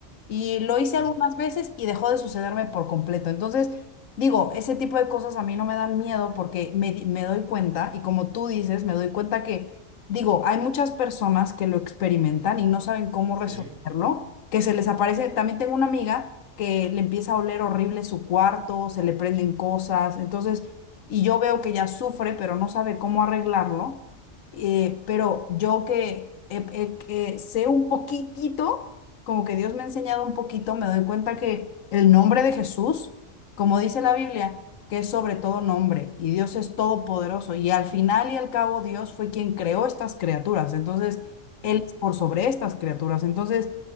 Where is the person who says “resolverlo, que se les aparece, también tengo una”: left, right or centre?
Left